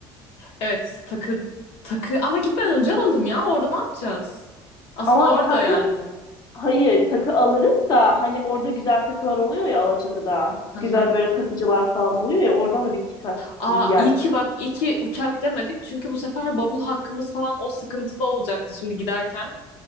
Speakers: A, on the left; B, on the left.
A: Evet takı takı ama gitmeden önce alalım ya. Orada ne yapacağız? Asıl
B: Ama
A: orada
B: takı
A: yani.
B: Hayır, takı alırız da hani orada güzel takılar oluyor ya Alaçatı'da.
A: Hı
B: Güzel
A: hı.
B: böyle takıcılar falan oluyor ya oradan da bir kitap
A: Aa
B: yani.
A: iyi ki bak iyi ki uçak demedik. Çünkü bu sefer bavul hakkımız falan o sıkıntılı olacaktı şimdi giderken.